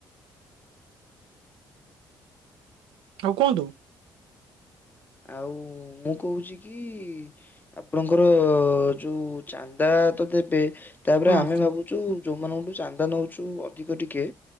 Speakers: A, on the right; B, on the left.
A: ଆଉ କୁହନ୍ତୁ?
B: ଆଉ ମୁଁ କହୁଚି କି ଆପଣଙ୍କର ଯୋଉ ଚାନ୍ଦା ତ ଦେବେ ତାପରେ
A: ହୁଁ
B: ଆମେ ଭାବୁଚୁ ଯୋଉମାନଙ୍କଠୁ ଚାନ୍ଦା ନଉଚୁ ଅ ଧିକ ଟିିକେ